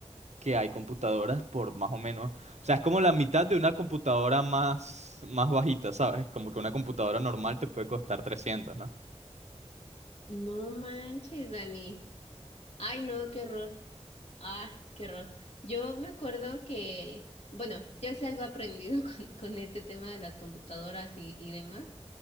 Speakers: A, on the right; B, on the left.
A: que hay computadoras por más o menos. O sea, es como la mitad de una computadora más, más bajita, ¿sabes? Como que una computadora normal te puede costar 300, ¿no?
B: no manches, Dani. Ay, no, qué horror. Ah, qué horror. Yo me acuerdo que, bueno, yo sí algo he aprendido <laughs> con, con este tema de las computadoras y, y demás.